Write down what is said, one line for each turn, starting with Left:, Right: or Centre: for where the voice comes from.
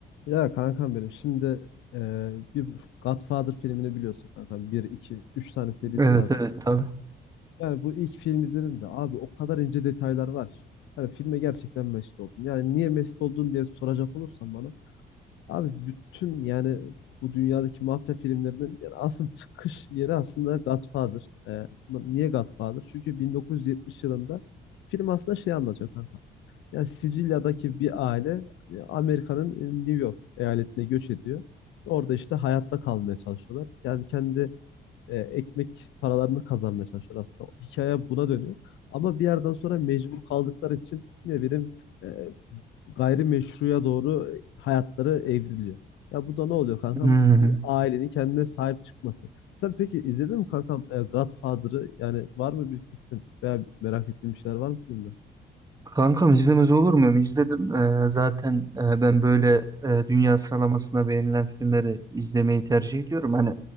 Left: Ya kankam benim şimdi e, bir Godfather filmini biliyorsun kankam. Bir, iki, üç tane serisi
Right: Evet
Left: var zaten.
Right: evet tabii.
Left: Yani bu ilk film izledim de abi o kadar ince detaylar var ki. Yani filme gerçekten mest oldum. Yani niye mest oldun diye soracak olursan bana. Abi bütün yani bu dünyadaki mafya filmlerinin yani asıl çıkış yeri aslında Godfather. E, niye Godfather? Çünkü 1970 yılında film aslında şey anlatıyor kanka. Yani Sicilya'daki bir aile e, Amerika'nın e, New York eyaletine göç ediyor. Orada işte hayatta kalmaya çalışıyorlar. Yani kendi e, ekmek paralarını kazanmaya çalışıyorlar aslında. Hikaye buna dönüyor. Ama bir yerden sonra mecbur kaldıkları için ne bileyim e, gayrimeşruya doğru hayatları evriliyor. Ya bu da ne oluyor kankam?
Right: Hmm.
Left: Bir ailenin kendine sahip çıkması. Sen peki izledin mi kankam e, Godfather'ı? Yani var mı bir fikrin veya merak ettiğin bir şeyler var mı filmde? Hı
Right: Kankam izlemez olur muyum? İzledim. Ee, zaten e, ben böyle e, dünya sıralamasına beğenilen filmleri izlemeyi tercih ediyorum. Hani